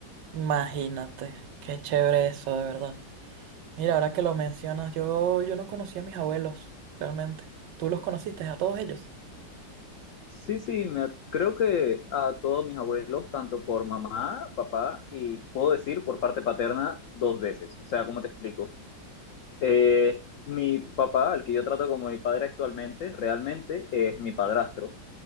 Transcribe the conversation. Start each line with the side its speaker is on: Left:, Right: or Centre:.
Right: Imagínate, qué chévere eso, de verdad. Mira, ahora que lo mencionas, yo, yo no conocí a mis abuelos, realmente. ¿Tú los conociste a todos ellos?
Left: Sí, sí, me- creo que a todos mis abuelos, tanto por mamá, papá y puedo decir por parte paterna, dos veces. O sea, ¿cómo te explico? Eh, mi papá, al que yo trato como mi padre actualmente, realmente es mi padrastro,